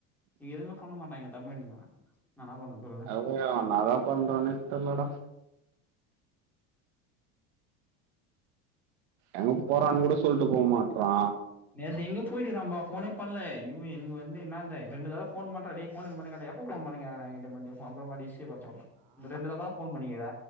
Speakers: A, in the centre; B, on the right.
A: எதுமே பண்ண மாட்டாய்ங்க தம்பிங்க நா ன்னா பண்ண சொல்
B: <unintelligible> ன்னா தா பண்றதுன்னே தெர்லடா எங்க போறான் கூட சொல்ட்டு போ மாட்றா
A: நேத்து எங்கயோ போய்ட்ருக்கா பா ஃபோனே பண்ல யோ எனக்கு வந்து என்னாந்த ரெண்டு தடவ ஃபோன் பண்றே டே ஃபோனுனு பண்ணி கேட்ட எப்போ ஃபோன் பண்ண கேக்கறா எ கிட்ட <unintelligible> அப்பறமா டிஸ்ட்ரி ய பாத்து சொல்றா இந்த ரெண்டு தடவ தா ஃபோன் பண்ணிக்கிற